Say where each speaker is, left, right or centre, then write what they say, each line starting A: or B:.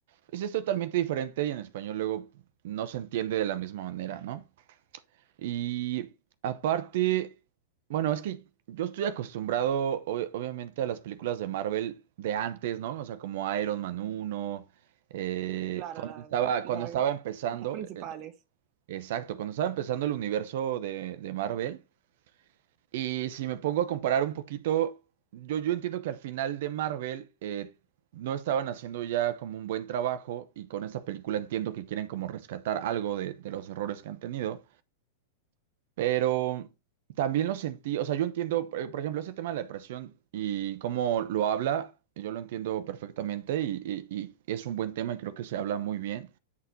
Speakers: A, on the right; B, on the right.
A: pues, es totalmente diferente y en español luego no se entiende de la misma manera, ¿no? Y aparte, bueno, es que yo estoy acostumbrado o- obviamente a las películas de Marvel de antes, ¿no? O sea, como Iron Man uno Eh,
B: Claro,
A: cuando
B: la,
A: estaba,
B: la-
A: cuando estaba empezando,
B: las principales.
A: Exacto, cuando estaba empezando el universo de, de Marvel, y si me pongo a comparar un poquito, yo, yo entiendo que al final de Marvel eh, no estaban haciendo ya como un buen trabajo, y con esta película entiendo que quieren como rescatar algo de, de los errores que han tenido, pero también lo sentí, o sea, yo entiendo, por por ejemplo, ese tema de la depresión y cómo lo habla, yo lo entiendo perfectamente y, y y es un buen tema y creo que se habla muy bien,